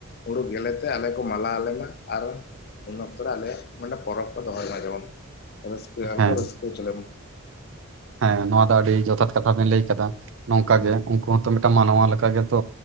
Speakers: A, on the left (about 45°); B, on the right (about 60°).
A: ᱦᱩᱲᱩ ᱜᱮᱞᱮᱛᱮ ᱟᱞᱮ ᱠᱚ ᱢᱟᱞᱟ ᱟᱞᱮᱢᱟ᱾ ᱟᱨ ᱩᱱ ᱚᱠᱛᱚ ᱨᱮ ᱟᱞᱮᱭᱟᱜ ᱢᱟᱱᱮ ᱯᱚᱨᱚᱵᱽ ᱠᱚ ᱫᱚᱦᱚᱭ ᱢᱟ ᱡᱮᱢᱚᱱ ᱨᱟᱹᱥᱠᱟᱹ ᱟᱨ
B: ᱦᱮᱸ
A: ᱠᱚ ᱨᱟᱹᱥᱠᱟᱹ ᱩᱪᱚ ᱞᱮᱢᱚᱱ
B: ᱦᱮᱸ ᱱᱚᱣᱟ ᱫᱚ ᱟᱹᱰᱤ ᱡᱚᱛᱷᱟᱛ ᱠᱟᱛᱷᱟ ᱵᱮᱱ ᱞᱟᱹᱭ ᱠᱟᱫᱟ᱾ ᱱᱚᱝᱠᱟ
A: ᱦᱩᱸ
B: ᱜᱮ ᱩᱱᱠᱩ ᱦᱚᱸᱛᱚ ᱢᱤᱫᱴᱟᱝ ᱢᱟᱱᱣᱟ ᱞᱮᱠᱟ ᱜᱮᱛᱚ᱾